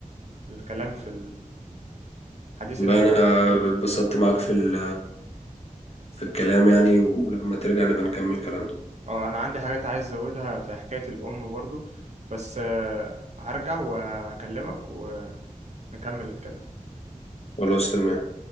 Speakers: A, on the right (about 55°); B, on the left (about 50°).
A: الكلام في الحديث
B: لا
A: اللي احنا
B: انا
A: كنا بنتكلم فيه
B: اتبسطت معاك في ال- في الكلام يعني ولما ترجع نبقى نكمل كلامنا
A: اه انا عندي حاجات عايز ازودها في حكاية الام برضو بس آه، هرجع وهكلمك ونكمل الكلام
B: خلاص تمام